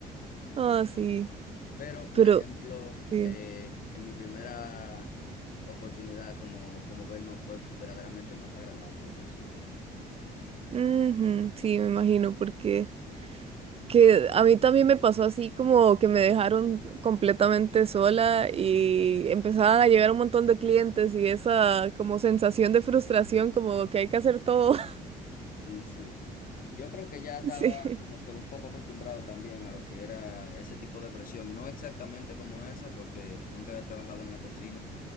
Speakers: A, on the right; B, on the left.
A: Ah, sí.
B: Pero, por
A: Pero
B: ejemplo,
A: sí.
B: eh, en mi primera oportunidad como, como Bellman fue verdaderamente más agradable, yo considero.
A: Ujú, sí, me imagino porque que a mí también me pasó así como que me dejaron completamente sola y empezaban a llegar un montón de clientes y esa como sensación de frustración como que hay que hacer todo.
B: Sí, sí. Yo creo que ya estaba
A: <laughs> Sí.
B: como que un poco acostumbrado también a lo que era ese tipo de presión, no exactamente como esa, porque nunca había trabajado en la cocina,